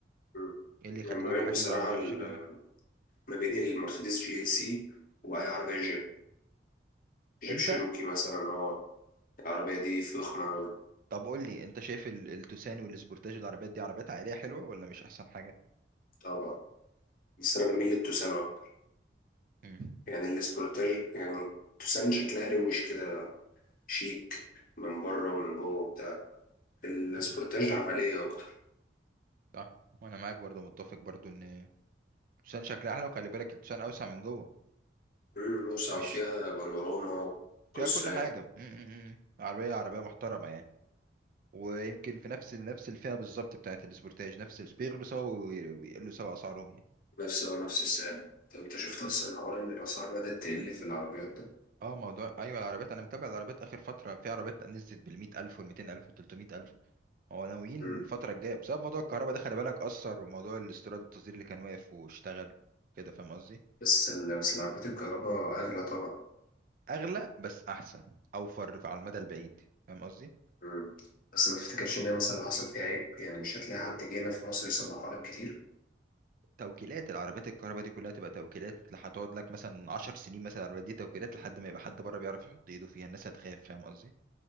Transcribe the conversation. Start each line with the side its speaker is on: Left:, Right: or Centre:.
Left: مم.
Right: ايه اللي يخليني
Left: أنا ما بين
Right: اروح اجيب
Left: بصراحه
Right: عربيه
Left: ال-
Right: بالشكل ده
Left: ما بين المرسيدس جي ال سي واي عربيه جيب
Right: انت
Left: شيروكي مثلا اه العربية دي فخمة أوي
Right: طب قول لي انت شايف ال- التوسان والسبورتاج العربيات دي عربيات عائليه حلوه ولا مش احسن حاجه
Left: طبعا بس أنا بميل للتوسان أكتر
Right: امم
Left: يعني السبورتاج يعني التوسان شكلها روش كده شيك من بره ومن جوه وبتاع السبورتاج
Right: امم
Left: عملية أكتر
Right: صح وانا معاك برضو متفق برضو ان التوسان شكلها احلى وخلي بالك التوسان اوسع من جوه
Left: مم، واسعة
Right: مش
Left: وفيها بانوراما
Right: فيها
Left: قصة
Right: كل
Left: يعني
Right: حاجه امم عربيه عربيه محترمه يعني ويمكن في نفس نفس الفئه بالظبط بتاعت السبورتاج نفس الس- بيغلوا سوا وي- ويقلوا سوا اسعارهم يعني
Left: نفس هو نفس السعر طب أنت شفت أصلا حوار إن الأسعار بدأت تقل في العربيات ده
Right: اه موضوع ايوه العربيات انا متابع العربيات اخر فتره في عربيات نزلت بال 100000 وال 200000 وال 300000 هو ناويين
Left: مم،
Right: الفترة الجاية بسبب موضوع الكهرباء ده خلي بالك أثر وموضوع الاستيراد والتصدير اللي كان واقف واشتغل كده فاهم قصدي؟
Left: بس ال- بس العربيات الكهرباء أغلى طبعا
Right: أغلى بس أحسن أوفر على المدى البعيد فاهم قصدي؟
Left: مم، بس ما تفتكرش إن هي مثلا اللي حصل فيها عيب يعني مش هتلاقي حد جه هنا في مصر يصلحها لك كتير
Right: توكيلات العربيات الكهرباء دي كلها تبقى توكيلات هتقعد لك مثلا 10 سنين مثلا العربيات دي توكيلات لحد ما يبقى حد بره بيعرف يحط ايده فيها الناس هتخاف فاهم قصدي؟